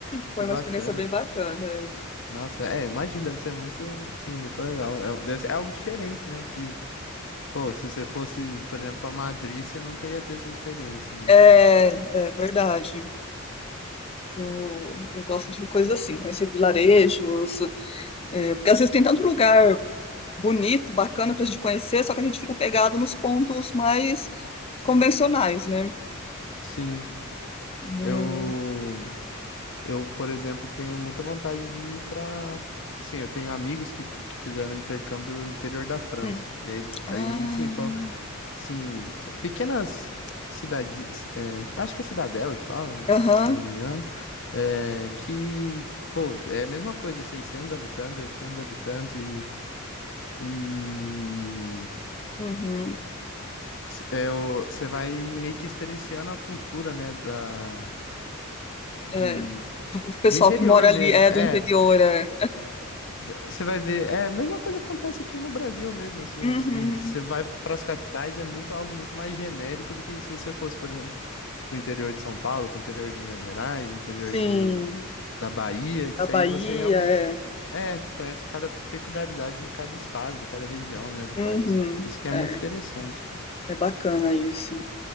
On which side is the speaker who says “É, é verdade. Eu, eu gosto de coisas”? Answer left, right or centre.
Left